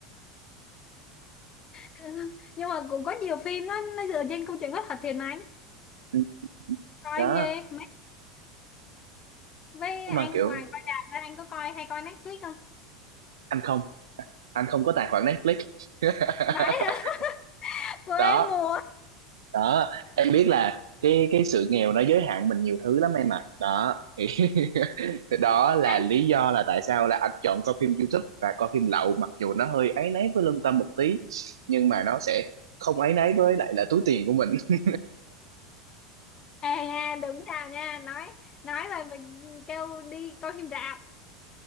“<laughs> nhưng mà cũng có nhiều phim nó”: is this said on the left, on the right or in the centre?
Left